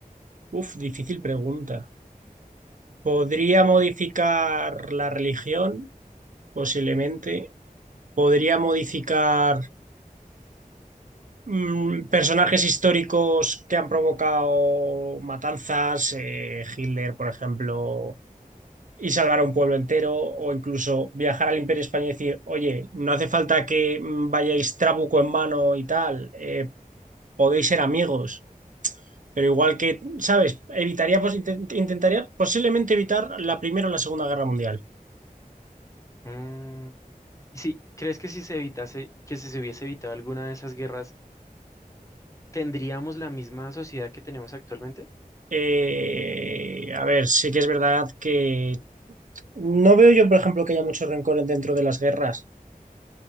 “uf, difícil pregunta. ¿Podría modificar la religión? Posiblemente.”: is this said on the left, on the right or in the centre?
Right